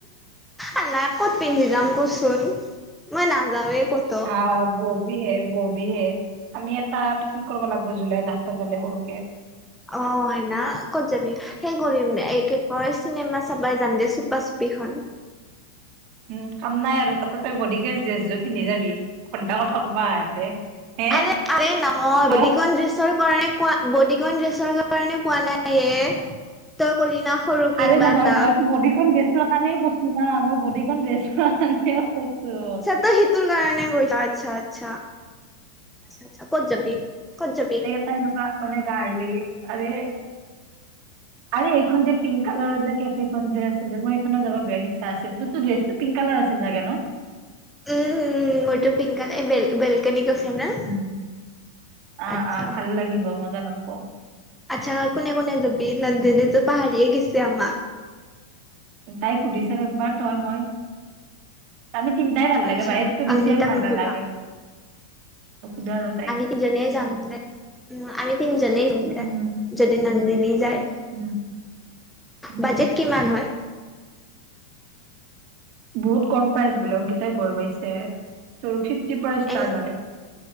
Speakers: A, in the centre; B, on the right (about 40°).
A: আ নাই ক'ত পিন্ধি যাম কচোন মই নাযাওে কত
B: হা ব হে ববিহে আমি এটা পিকনিক কৰিব লাগিব জুলাই লাষ্টৰ ফালে সৰুকে
A: অ হেনা ক'ত যাবি সেই কৰিম দে এই কি কয় চিনেমা চাবাই যাম দে চুপা চুপিখন
B: উম কাম নাই আৰু তাতে তই বডিকে ড্ৰেছ জোৰ পিন্ধি যাবি ঘণ্টা কথা বা আহাতে হে
A: আৰে আৰে নহয়
B: হা
A: বদিকন ড্ৰেছৰ কাৰণে কোৱা বডিকণ ড্ৰেছৰ কাৰণে কোৱা নাই হে তই কলি না সৰু কে
B: আৰে
A: কিবা
B: নহয়
A: এটা
B: মইতো বডিকন ড্ৰেছৰ কাৰণে কৈছো না মই বডিকন ড্ৰেছৰ কাৰণে কৈছো
A: সিটোৰ কাৰণে গৈছ আচ্ছা আচ্ছা, আচ্ছা আচ্ছা ক'ত যাবি কত যাবি
B: তেনেকুৱা মানে গাৰলি আৰে
A: <inaudible>
B: আৰে এইখন যে পিংক কালাৰৰ যে কেফেখন যে আছে যে মোৰ এইখনত যাব বিয়া ইচ্ছা আছিল কিন্তু ড্ৰেছ ত পিংক কালাৰ আছিল চাগে ন।
A: উম উম উম মোৰটো পিংক কালাৰে বেল বেলকনি কৈছে ন,
B: উম আহ
A: আচ্ছা
B: আহ ভাল লাগিব মজা লাগব।
A: আচ্ছা কোনে কোনে যাবি নন্দনী
B: উম,
A: যে পাহাৰিয়ে গৈছে আমাক।
B: তাই সুধি চাম একবাৰ তই মই। আমি তিনটাই ভাল
A: আচ্ছা
B: লাগে বাহেতকৈ বেছি
A: অংগীতাক
B: আৰু ভাল
A: নুসুধা
B: নালাগে নোসুধো আৰু তাইক।
A: তিনিজনেই যামওঁ আমি তিনিজনিয়ে যায়
B: উম
A: যদি নন্দিনী যায়।
B: উম উম।
A: বাজেট কিমান হয়।
B: বহুত কম প্ৰাইজ বুলে অংকিতাই গৈ পাইছে ত ফ্ৰিটিৰ পৰা ষ্টাৰ্ট
A: এন
B: হয়।